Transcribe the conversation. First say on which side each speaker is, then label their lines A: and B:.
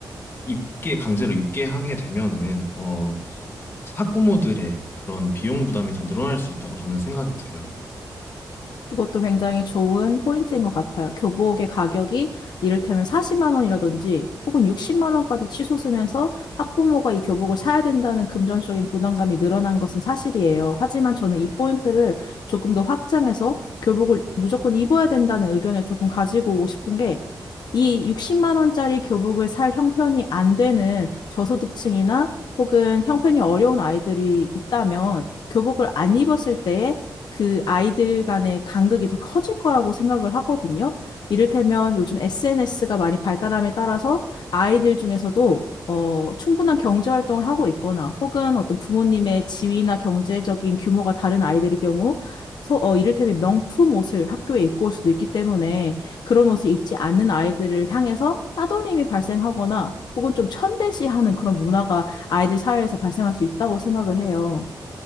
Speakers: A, on the left; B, on the left.
A: 입게, 강제로 입게 하게 되면은, 어, 학부모들의 그런 비용 부담이 더 늘어날 수 있다고 저는 생각이 들어요.
B: 그것도 굉장히 좋은 포인트인 것 같아요. 교복의 가격이 이를테면 40만 원이라든지 혹은 60만 원까지 치솟으면서 학부모가 이 교복을 사야 된다는 금전적인 부담감이 늘어난 것은 사실이에요. 하지만 저는 이 포인트를 조금 더 확장해서 교복을 무조건 입어야 된다는 의견을 조금 가지고 오고 싶은 게 이 60만 원짜리 교복을 살 형편이 안 되는 저소득층이나 혹은 형편이 어려운 아이들이 있다면 교복을 안 입었을 때에 그 아이들 간의 간극이 더 커질 거라고 생각을 하거든요. 이를테면 요즘 SNS가 많이 발달함에 따라서 아이들 중에서도 어, 충분한 경제 활동을 하고 있거나 혹은 어떤 부모님의 지위나 경제적인 규모가 다른 아이들의 경우 소, 어, 이를테면 명품 옷을 학교에 입고 올 수도 있기 때문에 그런 옷을 입지 않는 아이들을 향해서 따돌림이 발생하거나 혹은 좀 천대시하는 그런 문화가 아이들 사회에서 발생할 수 있다고 생각을 해요.